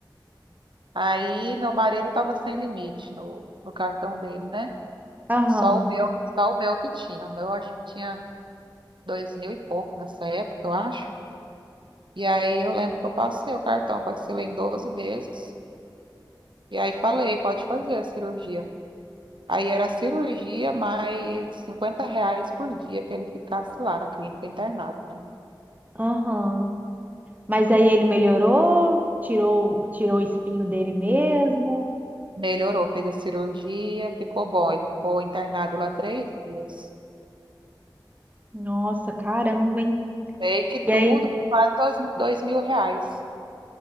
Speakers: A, on the right; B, on the right.
A: Aí meu marido estava sem limite no, no cartão dele, né?
B: Aham,
A: Só o meu, só o meu que tinha. O meu acho que tinha dois mil e pouco nessa época, eu acho. E aí eu lembro que eu passei o cartão, parcelei em 12 vezes. E aí falei, pode fazer a cirurgia. Aí era a cirurgia mais 50 reais por dia que ele ficasse lá na clínica internado.
B: aham. Mas aí ele melhorou, tirou, tirou o espinho dele mesmo.
A: Melhorou, fez a cirurgia, ficou bom. Ele ficou internado lá três dias.
B: Nossa, caramba, hein?
A: Sei que tudo,
B: E aí,
A: quase dois, dois mil reais.